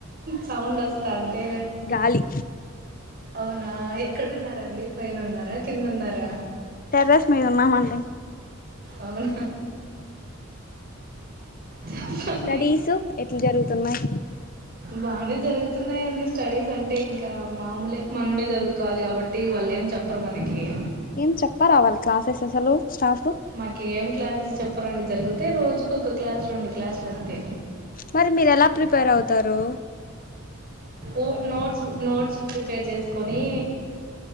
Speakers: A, on the right; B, on the left.
A: సౌండ్ వస్తాంటే
B: గాలి
A: అవునా ఎక్కడున్నారండి పైన ఉన్నారా కింద ఉన్నారా
B: టెర్రస్ మీద ఉన్నామండి
A: అవును చెప్పండి
B: స్టడీస్ ఎట్ల జరుగుతున్నాయి
A: బాగానే జరుగుతున్నాయండి స్టడీస్ అంటే ఇంకా మామూలే మనమే చదువుకోవాలి కాబట్టి వాళ్ళు ఏం చెప్పరు మనకి
B: ఏం చెప్పరా వాళ్ళు క్లాసెస్ అసలు స్టాఫ్
A: మాకేం క్లాసెస్ చెప్పరండి జరుగుతే రోజుకు ఒక క్లాస్ రెండు క్లాసులు అంతే
B: మరి మీరు ఎలా ప్రిపేర్ అవుతు తరు
A: ఓ నోట్స్ నోట్స్ ప్రిపేర్ చేసుకొని